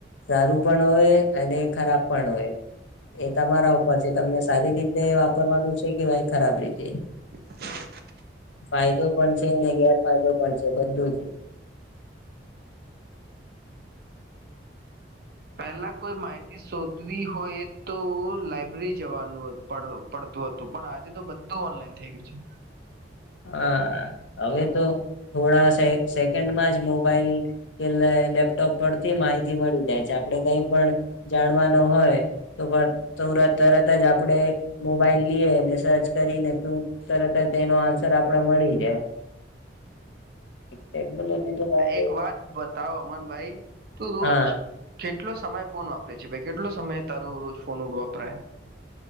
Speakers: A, on the left (about 80°); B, on the right (about 55°).
A: સારું પણ હોય અને ખરાબ પણ હોય. એ તમારા ઉપર છે તમને સારી રીતે વાપરવાનું છે કે ભાઈ ખરાબ રીતે
B: <inaudible>
A: ફાયદો પણ છે અને ગેરફાયદો પણ છે બધું જ
B: પેલા કોઈ માહિતી શોધવી હોય તો લાયબ્રેરી જવાનું પડતું હતું પણ આજે તો બધું ઓનલાઈન થઈ ગયું છે
A: <inaudible> હા હવે તો થોડા સેકન્ડમાં જ મોબાઈલ કે લેપટોપ પરથી માહિતી મળી જાય છે આપણે કઈ પણ જાણવા ન હોય તો પણ તરત જ આપડણે મોબાઈલ લઈએને સર્ચ કરીને તું તરત જ તેનો આન્સ આપડાે મળી જાય ટેકનોલોજી તો ભાઈ બો
B: એક વાત બતાવ અમનભાઈ તું રોજ
A: હા
B: કેટલો સમય ફોન વાપરે છે ભાઈ કેટલો સમય તારું રોજ ફોન વાપરાય